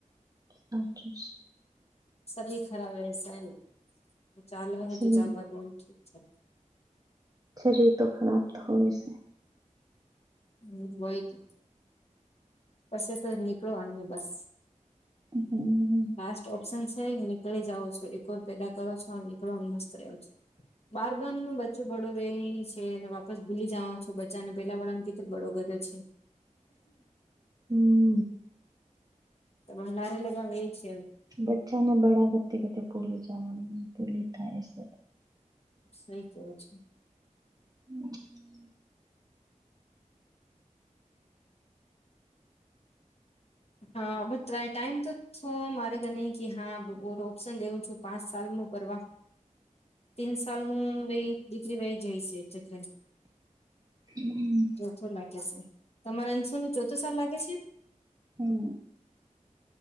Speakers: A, on the right; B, on the left.
A: અચ્છા છે.
B: સી ખરાબ વસા ને ચાલ વ
A: શરીર
B: તો ચાલ વા ઠીક છે.
A: શરીર તો ખરાબ હોય છે.
B: હમ હોયતું પછ તો નીકળો અને બસ.
A: હમ
B: લાસ્ટ ઓપ્શન છે, નીકળી જાવો છો એકકોર પેદા કરો છો નીકળો મસ્ત રહ્યો છો બારબન નું બચ્ચું પડો રે એની છે. કે વાપસ ભૂલી જવા છો બચા ને પેહલા વાળા ને કીધ બળોગતો છે.
A: હમ
B: તો ભડારે લગાવ છે.
A: બચ્ચાને બળા ગતિ ગતિ ભૂલી જવાનું ભૂલી થાય છે.
B: સઈ કેું છે.
A: હમ
B: હા બ ટાઈમ તો હ મારે કને કે હા ઓપ્શન દેવું છું, પાંચ સાલમાં કરવાર. તીન સાલ ન વ દીકરી વહી જાય છે, ચક્ર.
A: હમ.
B: ચોથો લાગે છે, તમારે અંશો નો ચોથો સલ લાગે છે?.
A: હમ